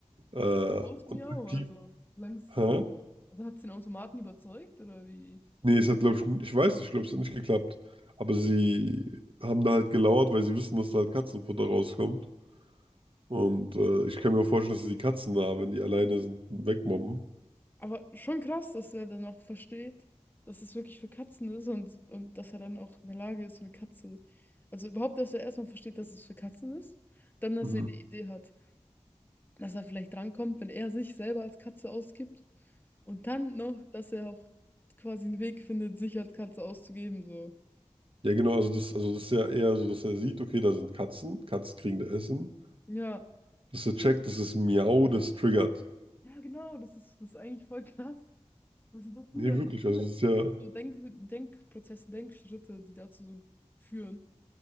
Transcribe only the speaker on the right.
äh,
und
aktiv.
Hä?
Nee, es hat, glaube ich, n- ich weiß nicht, ich glaube, es hat nicht geklappt. Aber sie haben da halt gelauert, weil sie wissen, dass da halt Katzenfutter rauskommt. Und äh, ich kann mir auch vorstellen, dass sie die Katzen da, wenn die alleine sind, wegmobben.
Mhm.
Ja, genau, also das, also das ist ja eher so, dass er sieht, okay, da sind Katzen, Katzen kriegen da Essen.
Dass er checkt, das ist Miau, das triggert.
Nee,
wirklich, also
es
ist
ja,